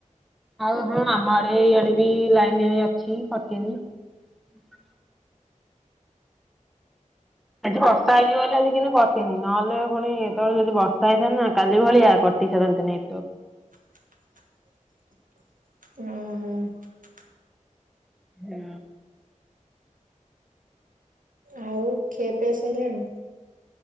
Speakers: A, in the centre; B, on the right.
A: ଆଉ ହଁ ଆମ ଆଡେ ଇଆଡେ ବି ଲାଇନି ଅଛି କଟିନି । ଆଜି ବର୍ଷା ହେଇନି ବୋଲି ଆଜି କେମିତି କଟିନି ନହେଲେ ପୁଣି ଏତେବେଳେ ଯଦି ବର୍ଷା ହେଇଥାନ୍ତା କାଲି ଭଳିଆ ଟିସାରନ୍ତି।
B: <inaudible> ଉଁ ହୁଁ ।
A: ହୁଁ।
B: ଆଉ ଖିଆ ପିଆ ସରିଲାଣି?